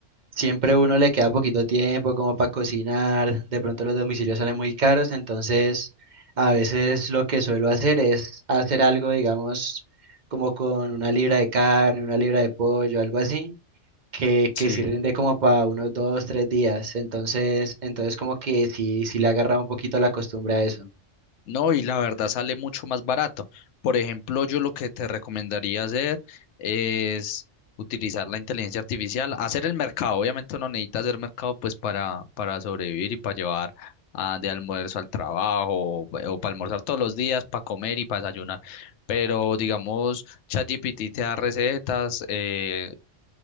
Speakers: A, on the right; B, on the left.
A: siempre uno le queda poquito tiempo como para cocinar, de pronto los domicilios salen muy caros, entonces a veces lo que suelo hacer es hacer algo, digamos, como con una libra de carne, una libra de pollo, algo así, que, que
B: Sí.
A: sí rinde como para unos dos, tres días, entonces, entonces como que sí, sí le agarra un poquito la costumbre a eso.
B: No, y la verdad sale mucho más barato. Por ejemplo, yo lo que te recomendaría hacer es utilizar la inteligencia artificial, hacer el mercado. Obviamente uno necesita hacer mercado pues para, para sobrevivir y para llevar ah, de almuerzo al trabajo eh, o, para almorzar todos los días, para comer y para desayunar. Pero digamos, ChatGPT te da recetas, eh,